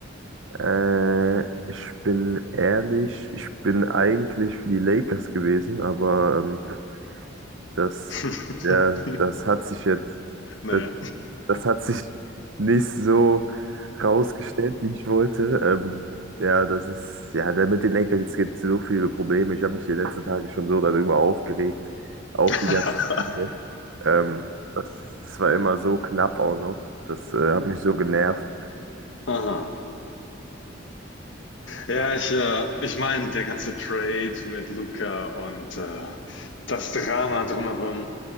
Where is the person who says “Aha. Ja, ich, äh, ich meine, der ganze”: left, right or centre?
Left